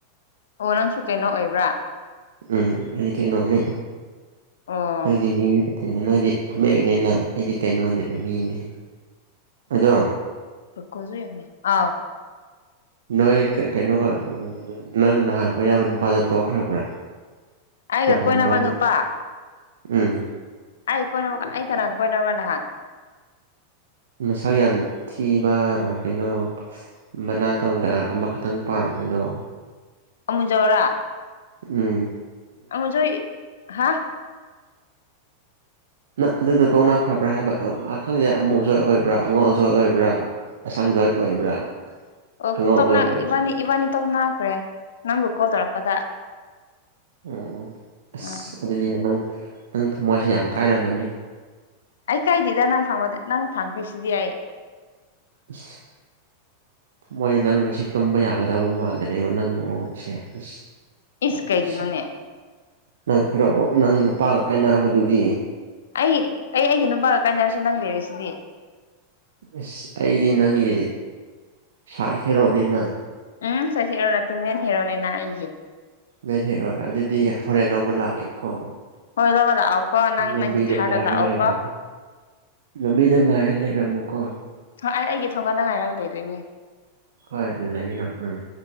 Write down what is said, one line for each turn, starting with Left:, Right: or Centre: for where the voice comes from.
Left: ꯑꯣ ꯅꯪꯁꯨ ꯀꯩꯅꯣ ꯑꯣꯏꯕ꯭ꯔꯥ
Right: ꯎꯝ ꯑꯩꯗꯤ ꯀꯩꯅꯣꯅꯦ
Left: ꯑꯣ
Right: ꯅꯪꯗꯤ ꯃꯤ ꯀꯩꯅꯣ ꯅꯣꯏꯗꯤ ꯍꯃꯦꯡꯅꯤꯅ ꯑꯩꯗꯤ ꯀꯩꯅꯣꯅꯦ ꯃꯤꯅꯦ ꯑꯗꯣ
Left: <unintelligible> ꯑꯥꯎ
Right: ꯅꯣꯏ ꯀꯩ ꯀꯩꯅꯣꯒ ꯎꯝ ꯅꯪ ꯅꯍꯥꯟ ꯀꯣꯏꯅꯕ ꯅꯨꯄꯥꯗꯣ ꯇꯣꯛꯈ꯭ꯔꯕ꯭ꯔꯥ
Left: ꯑꯩꯒ
Right: ꯅꯍꯥꯟ
Left: ꯀꯣꯏꯅꯕ
Right: ꯅꯕꯥꯟꯅꯤ
Left: ꯅꯨꯄꯥ
Right: ꯎꯝ
Left: ꯑꯩ ꯀꯣꯏꯅꯕ ꯀꯅꯥ ꯑꯩ ꯀꯅꯥꯒ ꯀꯣꯏꯅꯕ ꯅꯍꯥꯟ
Right: ꯃꯁꯛ ꯌꯥꯝ ꯊꯤꯕ ꯑꯥ ꯀꯩꯅꯣ ꯃꯅꯥꯇꯣꯟꯒ ꯑꯃꯈꯛꯇꯪ ꯄꯥꯟꯕꯗꯣ
Left: ꯑꯃꯨꯖꯥꯎꯔꯥ
Right: ꯎꯝ
Left: <unintelligible> ꯍꯥ
Right: ꯅꯪ ꯑꯗꯨꯗꯣ ꯇꯣꯛꯅꯈ꯭ꯔꯕ꯭ꯔꯥ ꯍꯥꯏꯕ ꯑꯥ ꯈꯪꯗꯦ ꯑꯃꯨꯖꯥꯎ ꯑꯣꯏꯕ꯭ꯔꯥ ꯑꯉꯥꯎꯖꯥꯎ ꯑꯣꯏꯕ꯭ꯔꯥ ꯑꯁꯪꯖꯣꯏ ꯑꯣꯏꯕ꯭ꯔꯥ
Left: ꯑꯣ
Right: ꯑꯉꯧꯖꯣꯏ
Left: ꯀꯣ ꯇꯣꯛꯅ
Right: ꯑꯣꯏꯕ꯭ꯔꯥ
Left: ꯏꯕꯥꯟꯅꯤ ꯏꯕꯥꯟꯅꯤ ꯇꯣꯛꯅꯈ꯭ꯔꯦ ꯅꯪꯕꯨ ꯀꯣꯜ ꯇꯧꯔꯛꯄꯗ
Right: ꯑꯣ ꯑꯣ ꯑꯁ
Left: ꯎꯝ
Right: ꯑꯗꯨꯗꯤ ꯅꯪ ꯅꯪ ꯊꯃꯣꯏꯁꯦ ꯌꯥꯝ ꯀꯥꯏꯔꯝꯃꯅꯤ
Left: ꯑꯩ ꯀꯥꯏꯗꯦꯗ ꯅꯪ ꯐꯪꯕꯗ ꯅꯪ ꯐꯪꯈ꯭ꯔꯁꯤꯗꯤ ꯑꯩ
Right: ꯏꯁ ꯃꯣꯏ ꯅꯪ ꯉꯁꯤ ꯇꯨꯝꯕ ꯌꯥꯒꯗꯕ ꯃꯥꯟꯗ꯭ꯔꯦꯕ ꯅꯪ ꯃꯑꯣꯡꯁꯦ ꯑꯁ
Left: ꯏꯁ
Right: <unintelligible>
Left: ꯀꯩꯒꯤꯅꯣꯅꯦ
Right: ꯅꯪ ꯍꯦꯔꯣꯕꯨ ꯅꯪ ꯅꯨꯄꯥꯒ ꯀꯥꯏꯅꯕꯗꯨꯗꯤ
Left: ꯑꯩ ꯑꯩ ꯑꯩꯒꯤ ꯅꯨꯄꯥꯒ ꯀꯥꯏꯅꯔꯁꯨ ꯅꯪ ꯂꯩꯔꯤꯁꯤꯗꯤ
Right: ꯑꯁ ꯑꯩꯗꯤ ꯅꯪꯒꯤ ꯁꯥꯏꯗ ꯍꯦꯔꯣꯅꯤꯅ
Left: ꯎꯝ ꯁꯥꯏꯠ ꯍꯤꯔꯣ ꯅꯠꯇꯦ ꯃꯦꯟ ꯍꯤꯔꯣꯅꯤꯅ ꯑꯩꯒꯤ
Right: ꯃꯦꯟ ꯍꯦꯔꯣꯔꯥ ꯑꯗꯨꯗꯤ ꯍꯣꯔꯦꯟ ꯂꯧꯕ ꯂꯥꯛꯀꯦꯀꯣ
Left: ꯍꯣꯏ ꯂꯧꯕ ꯂꯥꯛꯑꯣꯀꯣ ꯅꯪ
Right: ꯂꯝꯕꯤꯗ
Left: ꯅꯪꯒꯤ ꯊꯥꯔꯗ
Right: ꯉꯥꯏꯔꯒ
Left: ꯂꯥꯛꯑꯣ
Right: ꯂꯩꯔꯝꯃꯣ
Left: ꯀꯣ
Right: ꯂꯝꯕꯤꯗ ꯉꯥꯏꯔ ꯂꯩꯔꯝꯃꯨꯀꯣ
Left: ꯍꯣꯏ ꯑꯩ ꯑꯩꯒꯤ ꯊꯣꯡꯒꯥꯟꯗ ꯉꯥꯏꯔꯒ ꯂꯩꯗꯣꯏꯅꯦ
Right: ꯍꯣꯏ ꯂꯩꯔꯣ ꯎꯝ